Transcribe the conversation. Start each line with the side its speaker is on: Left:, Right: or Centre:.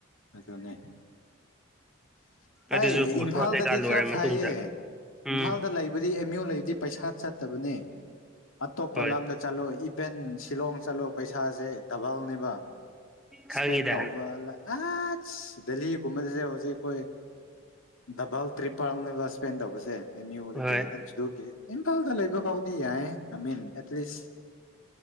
Left: ꯑꯗꯨꯅꯦ <inaudible>
Centre: ꯑꯗꯨꯁꯨ
Left: ꯑꯩ
Centre: ꯀꯣꯔꯁ
Left: ꯏꯝꯐꯥꯜꯗꯗꯤ
Centre: ꯋꯥꯔꯛ ꯀꯩꯀꯥ ꯂꯣꯏꯔ
Left: ꯈꯔ ꯐꯩꯌꯦ
Centre: ꯃꯇꯨꯡꯗ ꯎꯝ
Left: ꯏꯝꯐꯥꯜꯗ ꯂꯩꯕꯗꯤ ꯑꯦꯝ ꯌꯨ ꯂꯩꯕꯗꯤ ꯄꯩꯁꯥ ꯆꯠꯇꯕꯅꯤ ꯑꯇꯣꯞꯄ
Centre: ꯍꯣꯏ
Left: ꯂꯝꯗ ꯆꯠꯂꯣꯏ <unintelligible> ꯁꯤꯂꯣꯡ ꯆꯠꯂꯨ ꯄꯩꯁꯥꯁꯦ ꯗꯕꯜꯅꯦꯕ ꯏꯁꯄꯦꯟ
Centre: ꯈꯪꯉꯤꯗ
Left: ꯇꯧꯕ ꯑꯁ ꯗꯦꯜꯂꯤ ꯒꯨꯝꯕꯁꯦ ꯍꯧꯖꯤꯛ ꯈꯣꯏ ꯗꯕꯜ ꯇ꯭ꯔꯤꯄ <unintelligible> ꯁ꯭ꯄꯦꯟ ꯇꯧꯕꯁꯦ ꯑꯝ ꯌꯨꯡꯅ ꯗꯒꯤ
Centre: ꯍꯣꯏ
Left: ꯑꯗꯨꯒꯤ ꯏꯝꯐꯥꯜꯗ ꯂꯩꯕ ꯐꯥꯎꯗꯤ ꯌꯥꯏ ꯑꯥꯏ ꯃꯤꯟ ꯑꯦꯠꯂꯤꯁ